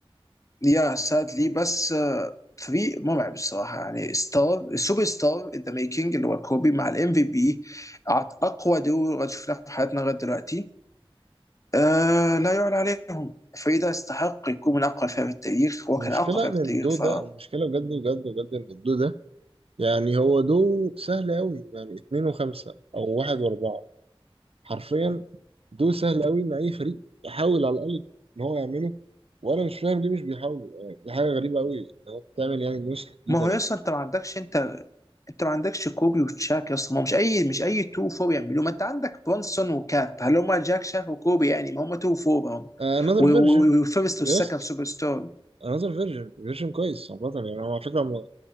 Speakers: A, on the left; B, on the right.
A: يا سادلي بس آه، فريق مرعب الصراحه يعني ستار سوبر ستار ان ذا ميكينج اللي هو كوبي مع الام في بي اقوى دور شفناه في حياتنا لغايه دلوقتي آه لا يعلى عليهم الفريق ده يستحق يكون من اقوى فرق في التاريخ هو
B: المشكلة
A: كان اقوى فرق
B: إن
A: في
B: الدو
A: التاريخ ف
B: ده المشكلة بجد بجد بجد إن الدو ده يعني هو دو سهل أوي يعني اتنين وخمسة أو واحد وأربعة حرفيا دول سهل قوي ان اي فريق يحاول على الاقل ان هو يعمله وانا مش فاهم ليه مش بيحاولوا يعني دي حاجه غريبه قوي ان هو بتعمل يعني نسخه جديده
A: ما هو
B: من
A: يصلا انت ما عندكش انت انت ما عندكش كوبي وتشاك اصلا ما هو مش اي مش اي تو فور يعملوه ما انت عندك برونسون وكات هل هم جاك شاك وكوبي يعني ما هم تو فور هم
B: آه، another
A: والفيرست
B: version
A: والسكند
B: يس
A: سوبر ستار
B: another version version كويس عامه يعني هو على فكره هم